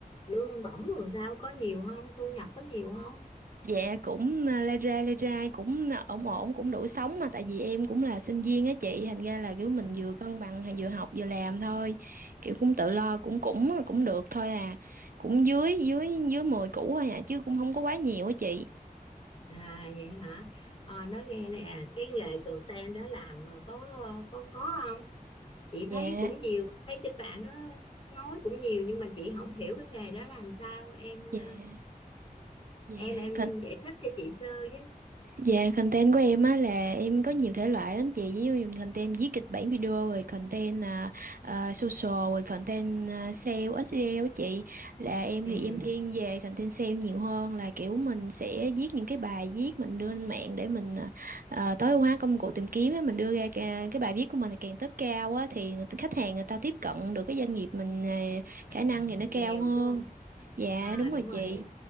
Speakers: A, on the left (about 35°); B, on the right (about 70°).
A: lương bổng rồi sao có nhiều không thu nhập có nhiều không
B: Dạ cũng à, lai rai lai rai cũng à, ổn ổn cũng đủ sống mà tại vì em cũng là sinh viên á chị thành ra là kiểu mình
A: ừ.
B: vừa cân bằng à, vừa học vừa làm thôi kiểu cũng tự lo cũng cũng à, cũng được thôi à cũng dưới dưới dưới 10 củ thôi à chứ cũng không có quá nhiều á chị
A: à vậy hả à, nói nghe nè cái nghề content đó làm mà có có khó không chị
B: dạ
A: thấy cũng nhiều thấy trên bạn đó nói cũng nhiều nhưng mà chị không hiểu cái nghề đó làm sao em
B: dạ
A: ờ,
B: dạ
A: em em giải thích cho chị sơ với
B: Dạ, content của em á là em có nhiều thể loại lắm chị, ví dụ như content viết kịch bản video rồi content à, à, social rồi content à, sale SEO á chị. Là em
A: ừ
B: thì em thiên về content sale nhiều hơn là kiểu mình sẽ viết những cái bài viết mình đưa lên mạng để mình à, à, tối ưu hóa công cụ tìm kiếm á, mình đưa ra ca- cái bài viết của mình càng top cao á thì người- khách hàng người ta tiếp cận được cái doanh nghiệp mình à,
A: À,
B: khả năng thì nó cao
A: nhiều
B: hơn.
A: phải không?
B: Dạ,
A: À
B: đúng rồi
A: đúng
B: chị.
A: rồi.